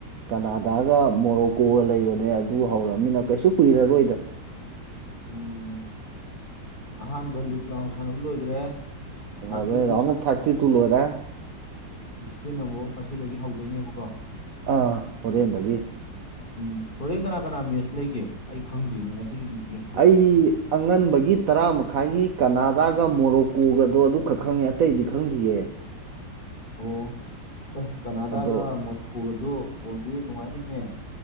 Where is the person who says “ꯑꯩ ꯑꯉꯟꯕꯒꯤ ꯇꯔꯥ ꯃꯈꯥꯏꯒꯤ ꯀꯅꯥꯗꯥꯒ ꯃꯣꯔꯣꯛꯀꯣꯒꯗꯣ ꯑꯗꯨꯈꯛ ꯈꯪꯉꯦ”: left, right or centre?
Right